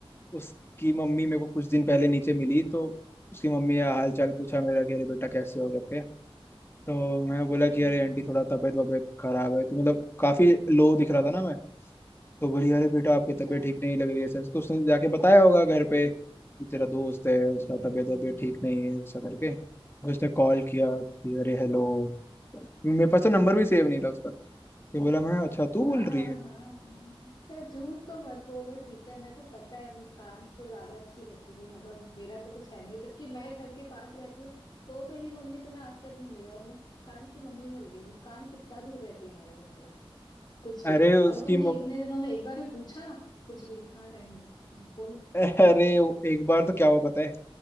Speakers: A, on the left; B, on the left.
A: उसकी मम्मी मेरे को कुछ दिन पहले नीचे मिली तो उसकी मम्मी का हाल चाल पूछा मेरा कि अरे बेटा कैसे हो करके तो मैं बोला कि
B: हम्म
A: अरे आंटी थोड़ा तबीयत वबीयत खराब है तो मतलब काफी लो दिख रहा था ना मैं तो बोली अरे बेटा आपकी
B: अच्छा
A: तबीयत ठीक नहीं लग रही है सर तो उसने जाके बताया होगा घर पे कि तेरा दोस्त है उसका
B: हम्म
A: तबीयत वबीयत ठीक नहीं है ऐसा करके फिर उसने कॉल किया कि अरे हेलो मेरे पास तो नंबर भी सेव नहीं था उसका ये बोला मैं अच्छा तू बोल
B: हाँ हाँ
A: रही है
B: हाँ हाँ अच्छा झूठ तो मत बोलो ठीक है मेरे को पता है मुस्कान तो ज्यादा अच्छी लगती थी मतलब मेरा तो कुछ है नहीं जबकि मैं घर के पास रहती हूँ तो मेरी मम्मी तुम्हें आज तक नहीं मिली और मुस्कान की मम्मी मिल गई मुस्कान कितना दूर रहती है हमारे घर से कुछ भी
A: अरे
B: और
A: उसकी
B: तुमने
A: म...
B: इतने दिनों में एक बार भी पूछा कुछ भी हाँ रहने दो हम्म, बोलो
A: अरे एक बार तो क्या हुआ पता है